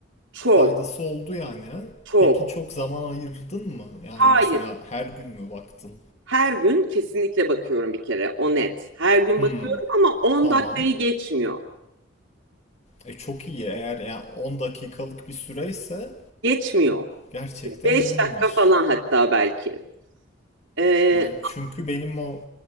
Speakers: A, on the right (about 80°); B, on the left (about 35°).
A: Çok,
B: faydası oldu yani. ha?
A: çok.
B: Peki çok zaman ayırdın mı? Yani
A: Hayır.
B: mesela her gün mü baktın?
A: Her gün kesinlikle bakıyorum bir kere. O net. Her gün
B: Hmm,
A: bakıyorum ama 10
B: tamam.
A: dakikayı geçmiyor.
B: E çok iyi eğer yani 10 dakikalık bir süreyse
A: Geçmiyor.
B: gerçekten
A: Beş
B: iyiymiş.
A: dakika falan hatta belki. Ee,
B: Yani çünkü benim o